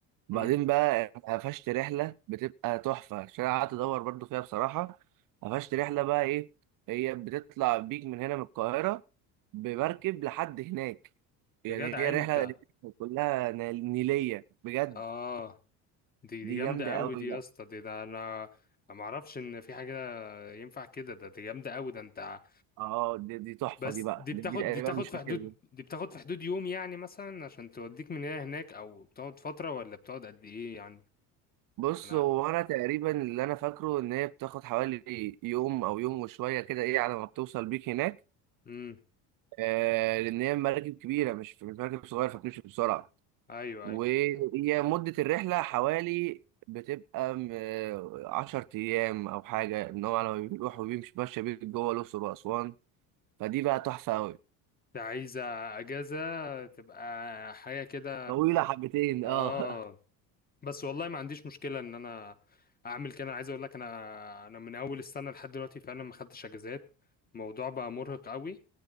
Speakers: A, on the right (about 55°); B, on the left (about 20°).
A: وبعدين
B: امم
A: بقى قفشت رحلة بتبقى تحفة عشان أنا قعدت أدور برضو فيها بصراحة قفشت رحلة بقى إيه هي بتطلع بيك من هنا من القاهرة بمركب لحد هناك يعني
B: يا جدع
A: هي رحلة
B: انت
A: كلها نيل- نيلية بجد
B: اه دي
A: دي
B: دي جامده
A: جامدة
B: قوي
A: أوي
B: دي
A: بقى
B: يا اسطى دي ده انا ما اعرفش ان في حاجه ينفع كده ده دي جامده قوي ده انت
A: اه دي, دي تحفة
B: بس
A: دي بقى
B: دي
A: دي,
B: بتاخد
A: دي تقريبا
B: دي تاخد
A: مش فاكر
B: في حدود دي بتاخد في حدود يوم يعني مثلا عشان توديك من هنا هناك او بتقعد فترة ولا بتقعد قد ايه يعني
A: بص
B: انا
A: هو أنا تقريبا اللي أنا فاكره إن هي بتاخد حوالي يوم أو يوم وشوية كده إيه على ما بتوصل بيك هناك
B: امم
A: آه لأن هي مراكب كبيرة مش مش مراكب صغيرة فبتمشي بسرعة
B: ايوه
A: وهي
B: ايوه
A: مدة الرحلة حوالي بتبقى م- عشر أيام أو حاجة إن هو لما بيروح وبيمشي ماشي بيك جوه الأقصر وأسوان فدي بقى تحفة أوي
B: انت عايزة اجازة تبقى حاجة كده
A: طويلة حبتين
B: اه
A: أه <laughs>
B: بس والله ما عنديش مشكلة ان انا اعمل كده انا عايز اقول لك انا انا من اول السنة لحد دلوقتي فعلا ما خدتش اجازات الموضوع بقى مرهق قوي